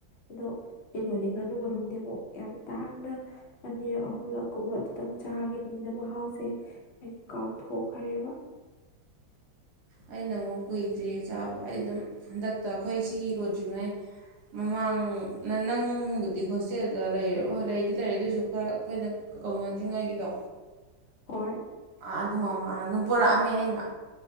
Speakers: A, on the left (about 80°); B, on the right (about 60°).
A: ꯑꯗꯣ ꯀꯩꯅꯣꯗꯤ ꯉꯥꯅꯨ ꯃꯔꯨꯝꯗꯤ ꯑꯃꯨꯛ ꯌꯥꯝ ꯇꯥꯡꯅ ꯑꯅꯤꯔꯛ ꯑꯍꯨꯝꯂꯛ ꯀꯨꯝꯕꯗꯨꯇꯪ ꯆꯥꯈꯤꯕꯅꯤꯅ ꯃꯍꯥꯎ ꯁꯦ ꯑꯩꯗꯤ ꯀꯥꯎꯊꯣꯛꯈ꯭ꯔꯦꯕ
B: ꯑꯩꯅ ꯑꯃꯨꯛ ꯀꯨꯏꯗ꯭ꯔꯤ ꯆꯥꯕ ꯑꯩ ꯑꯗꯨꯝ ꯍꯟꯗꯛꯇ ꯑꯩꯈꯣꯏ ꯁꯤꯒꯤ ꯂꯣꯢꯗ꯭ꯔꯤꯉꯩ ꯃꯃꯥꯡ ꯅꯪ ꯅꯪꯕꯨꯗꯤ ꯍꯣꯁꯇꯦꯜꯗ ꯂꯩꯔꯕꯣ ꯍꯣꯢ ꯂꯩꯗꯤ ꯂꯩꯔꯦ ꯑꯗꯨꯁꯨ ꯈꯔ ꯑꯩꯈꯣꯏꯒ ꯀꯧꯅꯗ꯭ꯔꯤꯉꯩꯒꯤꯗꯣ
A: ꯍꯣꯏ
B: ꯑꯗꯨ ꯃꯃꯥꯡꯗꯗꯨꯝ ꯄꯨꯔꯛꯑꯝꯃꯦ ꯑꯩꯅ